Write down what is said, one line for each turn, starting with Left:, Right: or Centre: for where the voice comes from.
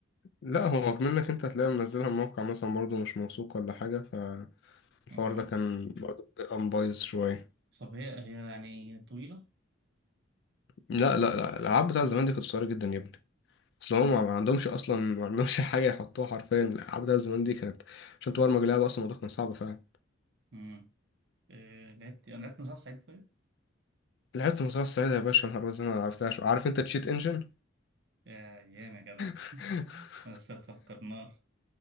Left: لا هو منك انت هتلاقي منزلها من موقع مثلا برضو مش موثوق ولا حاجة فالحوار
Right: دي؟
Left: ده كان برضو بيبقى بايظ شوية
Right: طب هي هي يعني طويلة
Left: لا لا لا الألعاب بتاع زمان دي كانت قصيرة جدا يا ابني أصل هم
Right: امم
Left: ما ما عندهمش أصلا ما عندهمش <laughs> حاجة يحطوها حرفيا الألعاب بتاع زمان دي كانت عشان تبرمج لعبة أصلا الموضوع كان صعب فعلا
Right: امم آه لعبت أنا لعبت مسلسل سعيد طيب
Left: لعبت المزرعة السعيدة يا باشا نهار أبيض زي ما عرفتهاش عارف أنت تشيت إنجن
Right: يا يا يا جدع
Left: <laughs>
Right: <laughs> بس فكرناه